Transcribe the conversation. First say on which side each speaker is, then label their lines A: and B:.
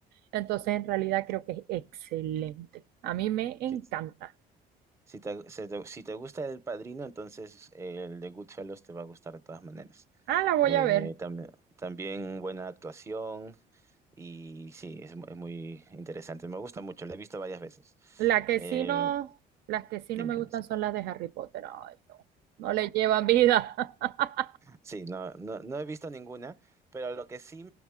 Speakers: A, on the right (about 75°); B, on the right (about 15°).
A: Entonces, en realidad creo que es excelente. A mí me encanta.
B: Si, si te, se te- si te gusta el Padrino, entonces eh, el de Goodfellas te va a gustar de todas maneras.
A: Ah, la voy
B: Eh,
A: a ver.
B: tam- también buena actuación y sí, es, mu- es muy interesante. Me gusta mucho, la he visto varias veces.
A: La que
B: Eh,
A: sí no, las que sí
B: dime,
A: no me
B: dime.
A: gustan
B: sí.
A: son las de Harry Potter. Ay, no. No le llevan vida. <laughs>
B: Sí, no, no, no he visto ninguna, pero lo que sí,